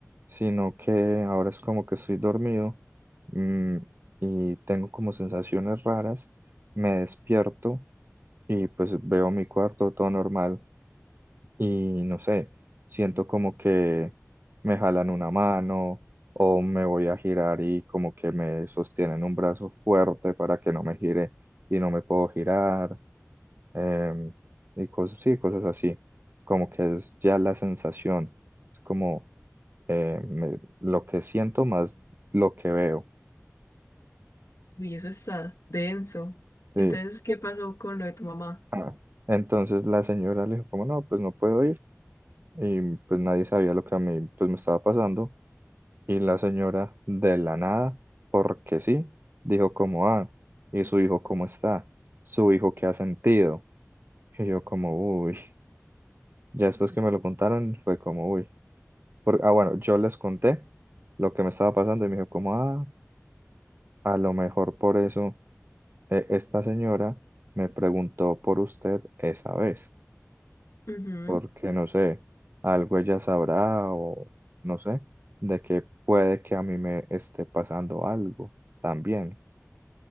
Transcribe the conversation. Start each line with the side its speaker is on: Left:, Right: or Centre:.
Right: sino que ahora es como que estoy dormido, mm, y tengo como sensaciones raras, me despierto y pues veo mi cuarto todo normal. y no sé, siento como que me jalan una mano o me voy a girar y como que me sostienen un brazo fuerte para que no me gire y no me puedo girar em, y cosas, sí, cosas así, como que es ya la sensación, es como eh, me- lo que siento más lo que veo,
Left: Uy, eso está denso.
Right: sí.
Left: Entonces, ¿qué pasó con lo de tu mamá?
Right: Ah, Entonces la señora le dijo como no, pues no puedo ir y pues nadie sabía lo que a mí pues me estaba pasando. Y la señora, de la nada, porque sí, dijo como, ah, ¿y su hijo cómo está? ¿Su hijo qué ha sentido? Y yo como, uy, ya después que me lo contaron fue como, uy. Por- ah, bueno, yo les conté lo que me estaba pasando y me dijo como, ah, a lo mejor por eso eh, esta señora me preguntó por usted esa vez,
Left: Ujú,
Right: porque no sé, algo ella sabrá o no sé, de que puede que a mí me esté pasando algo también.